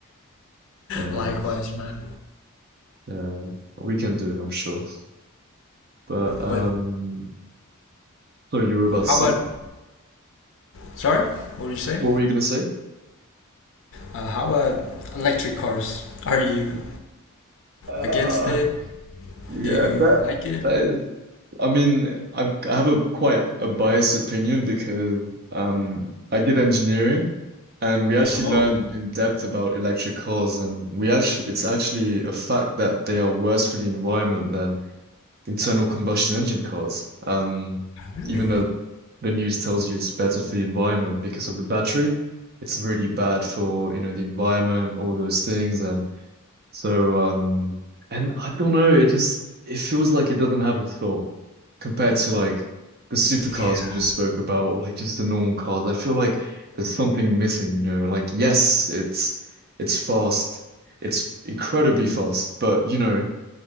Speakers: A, on the right (about 45°); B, on the left (about 60°).
A: Yeah,
B: Likewise, man.
A: yeah, we can do it, I'm sure. But um,
B: But
A: so you were about to
B: how
A: say?
B: about? Sorry, what did you say?
A: What were you gonna say?
B: Uh, how about electric cars? Are you
A: Uh,
B: against it?
A: yeah,
B: Do you
A: that
B: like it?
A: that is. I mean, I'm, I have a quite a biased opinion because um, I did engineering and we actually
B: Oh.
A: learned in depth about electric cars and we actually it's actually a fact that they are worse for the environment than internal combustion engine cars. Um,
B: Really?
A: even though the news tells you it's better for the environment because of the battery, it's really bad for, you know, the environment and all those things. And so um, and I don't know, it just it feels like it doesn't have a soul compared to like the supercars
B: Yeah.
A: we just spoke about or like just the normal cars. I feel like there's something missing, you know. Like yes, it's it's fast. It's incredibly fast, but you know,